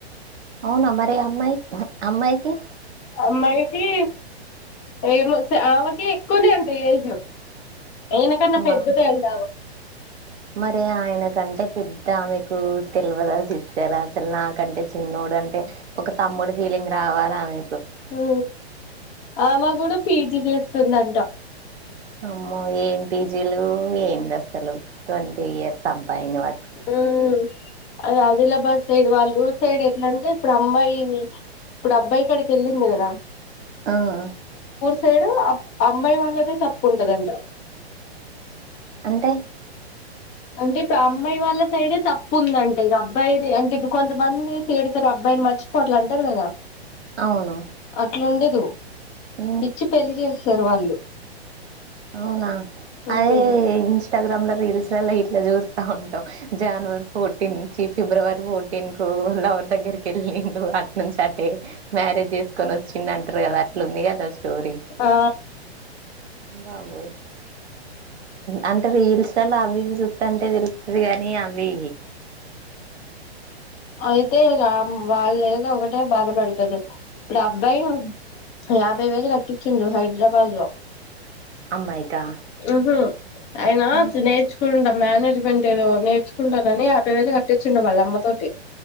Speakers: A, on the right (about 80°); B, on the left (about 20°).
A: అవునా మరి అమ్మాయి హు హ్ అమ్మాయికి
B: అమ్మాయికి ఏమో స్ ఆమెకి ఎక్కువనే అంట ఏజ్ ఈయనకన్నా
A: మా
B: పెద్దదే
A: బా
B: అంట
A: మరీ ఆయన కంటే పెద్దా ఆమెకు తెల్ వదా సిస్టర్ అసలు నాకంటే చిన్నోడు అంటే ఒక తమ్ముడు ఫీలింగ్ రావాలి ఆమె
B: హూ ఆమే కూడా పీజీ చేస్ స్తుందట
A: అమ్మో ఏం పీజీలు ఏంది అసలు ట్వంటీ ఇయర్స్ అబ్బాయిని వా
B: హ్ మ్మ్ అది ఆదిలాబాద్ సైడ్ వాళ్ళు ఊ సైడ్ ఎట్లా అంటే ఇప్పుడు అమ్మాాయి ఇప్పుడు అబ్బాయి కాడికి వెళ్ళింది కదా
A: ఆ హా
B: సైడు అమ్మాయి వాళ్ళదే తప్పు ఉంటదంట
A: అంటే
B: అంటే ఇప్పుడు అమ్మాయి వాళ్ళ సైడే తప్పు ఉందంట ఇగ, అబ్బాయిది అంటే ఇప్పుడు కొంతమంది తిడతారు అబ్బాయిని మర్చిపో అట్ల అంటరు కదా.
A: అవును
B: అట్లుండదు
A: ఉమ్,
B: ఇచ్చి పెళ్ళి జే స్ స్తరు వాళ్ళు
A: అవునా
B: ఉమ్
A: అదే ఇన్స్టాగ్రామ్ల రీల్స్ లా ఇట్లా జూస్ స్తా ఉంటాం. జనవరి ఫోర్టీన్ చి ఫిబ్రవరి ఫోర్టీన్ కు లవర్ దగ్గరికి వెళ్ళిండు, అట్ నుంచి అటే మ్యారేజ్ చేసుకొని వచ్చిండ్ అంటరు కదా అట్లా ఉంది కదా. స్టోరీ
B: ఆ
A: బాబోయ్ అంటే రీల్స్లలో అవి ఇవి చూత్తంటే అంటే తెలుస్తది గానీ అవి
B: అయితే ఇగ వాళ్ళేదో ఒకటే బాధపడతురు, ఇప్పుడు అబ్బాయి యాభై వేలు కట్టించుండు హైదరాబాద్ లో
A: అమ్మాయికా
B: మ్ హు అయినా
A: ఆ
B: చ్ నేర్చుకుంటాం మేనేజ్మెంట్ ఏదో నేర్చుకుంటారని యాభై వేలు కట్టిచ్చుండు వాళ్ళ అమ్మతోటి